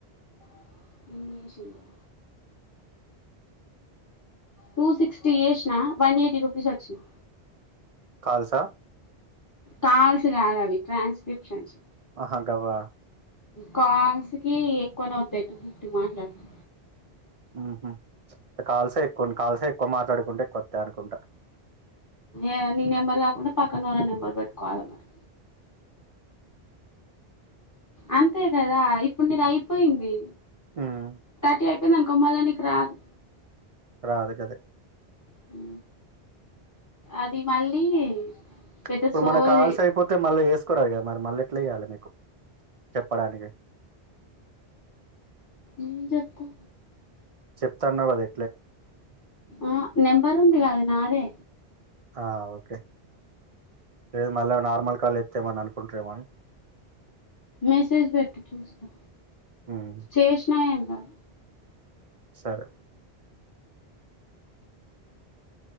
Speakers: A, on the left; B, on the right.
A: <inaudible> టూ సిక్స్టీ వేసిన వన్ ఎయిటీ రూపీస్ వచ్చిన్నాయి
B: కాల్స్ ఆ
A: కాల్స్ కాదు అవి ట్రాన్స్క్రిప్షన్స్
B: ఆహా గవా
A: కాల్స్ కి ఎక్కువనే వతాయి టూ ఫిఫ్టీ మాట్లాడితే
B: ఉమ్ హు కాల్సే ఎక్కువ కాల్సే ఎక్కువ మాట్లాడుకుంటే ఎక్కువత్తాయి అనుకుంటా
A: ఆ నీ నెంబర్ కాకుండా పక్కన వాళ్ళ నెంబర్ పెట్టుకోవాలి మరి అంతే కదా ఇప్పుడు నీది అయిపోయింది
B: ఉమ్
A: తర్టీ అయిపోయింది అనుకో మల్లి నీకు రాదు
B: రాదు కదే
A: హు అది మళ్ళీ పెద్ద
B: ఇప్పుడు
A: సోది
B: మన కాల్సి అయిపోతే మళ్ళీ వేసుకో రాదు కదా మరి మళ్ళీ ఎట్లా వేయ్యాలి మీకు చెప్పడానికి
A: ఏం జెప్ప
B: చెప్తాన్నావ్ గదా
A: ఉమ్ నెంబరు ఉంది గదా అది నాదే
B: ఆ ఓకే లేదు మళ్ళా నార్మల్ కాల్ వత్తే ఏమన్న అనుకుంటరేమో అని
A: మెసేజ్ పెట్టు చూస్తా
B: ఉమ్,
A: చేసినా ఏం గాదు
B: సరే